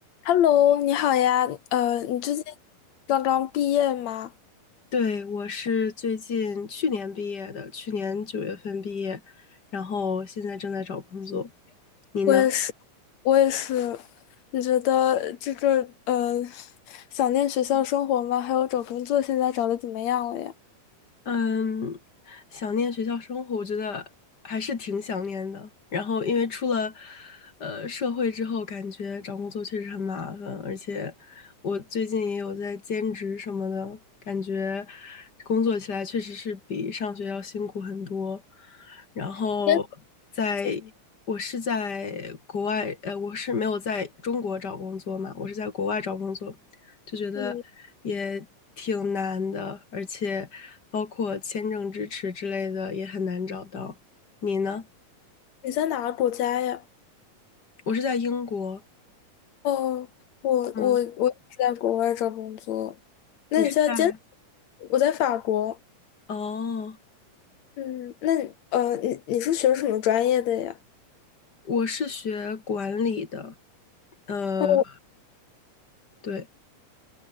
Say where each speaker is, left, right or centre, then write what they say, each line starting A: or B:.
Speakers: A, on the left; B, on the left.
A: Hello，你好呀，呃，你最近刚刚毕业吗？
B: 对，我是最近去年毕业的，去年九月份毕业，然后现在正在找工作。你呢？
A: 我也是，我也是。你觉得这个呃，想念学校生活吗？还有找工作现在找的怎么样了呀？
B: 嗯，想念学校生活，我觉得还是挺想念的。然后，因为出了呃社会之后，感觉找工作确实很麻烦，而且我最近也有在兼职什么的，感觉工作起来确实是比上学要辛苦很多。然后在，
A: 你在怎么
B: 我是在国外，呃，我是没有在中国找工作嘛，我是在国外找工作，就觉得也挺难的，
A: 嗯你
B: 而且包括签证支持之类的也很难找到。你呢？
A: 你在哪个国家呀？
B: 我是在英国，
A: 哦，我我我也是在国外找工作。
B: 嗯，
A: 那你现在兼，
B: 你是在？
A: 我在法国。
B: 哦，
A: 嗯，那你呃，你你是学什么专业的呀？
B: 我是学管理的，呃，
A: 哦，我
B: 对，